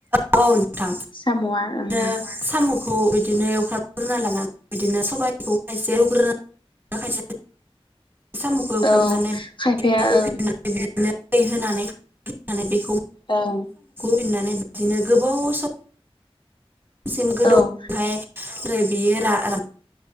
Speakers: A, on the right; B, on the left.
A: औ औ नोंथां
B: साम'आ ओं
A: आरो साम' खौ बिदिनो एवख्राबग्रोना लानानै बिदिनो सबाइखौ खायसे एवग्रोनानै <unintelligible> साम'खौ होफ्रामनानैफनानै
B: औ खायफाया ओं
A: बिदिनो दै होनानै बेखौ
B: ओं
A: फिननानै बिदिनो गोबाव सम सिम गोदौनानैहाय
B: औ ओं
A: ओमफ्राय बियो आराम